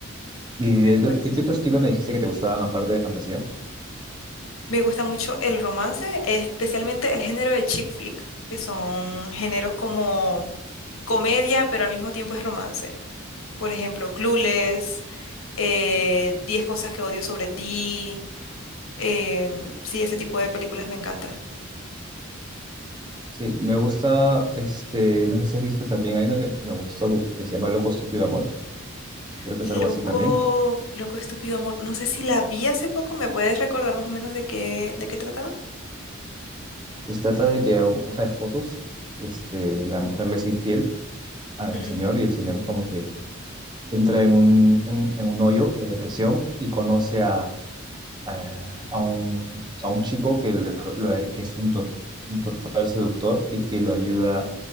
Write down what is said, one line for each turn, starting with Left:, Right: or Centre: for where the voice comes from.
Right: ¿Y
Left: me
Right: de, lo-
Left: parece.
Right: de qué otro estilo me dijiste que te gustaban aparte de fantasía?
Left: Me gusta mucho el romance, especialmente el género de chick flick, que son géneros como comedia, pero al mismo tiempo es romance. Por ejemplo, Clueless, eh, Diez cosas que odio sobre ti. em, sí, ese tipo de películas me encanta.
Right: Sí, me gusta, este, no sé si has visto también, hay una que me gustó que se llama Loco, Estúpido Amor, que creo que
Left: Loco,
Right: es algo así también.
Left: loco, estúpido amor. No sé si la vi hace poco, ¿me puedes recordar más o menos de qué, de qué trataba?
Right: Pues trata de que a una pareja de esposos, este, la mujer le es infiel al
Left: Ujú.
Right: señor y el señor como que entra en un, en, en un hoyo de depresión y conoce a, a, a un, a un chico que, lo- lo- que es un, to- un total seductor y que lo ayuda